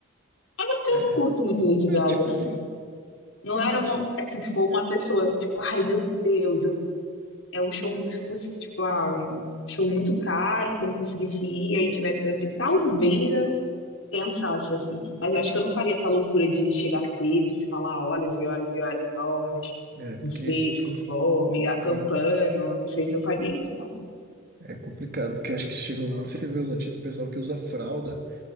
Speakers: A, on the left; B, on the right.
A: Até porque
B: É,
A: eu não curto muito Lady
B: é
A: Gaga,
B: tipo
A: assim.
B: assim,
A: Não
B: eu
A: era
B: acho.
A: uma, assim, se for uma pessoa, tipo, ai, meu Deus, eu- é um show, se fosse, tipo, ah, um show muito caro, que eu não conseguisse ir, aí tivesse que talvez pensasse, assim. Mas eu acho que eu não faria essa loucura de chegar cedo, ficar lá horas e horas e horas e horas,
B: É, porque
A: com sede, com fome, acampando.
B: é,
A: Não sei se eu faria isso, não.
B: é complicado, porque acho que chegou. Não sei se você viu as notícias, o pessoal que usa fralda.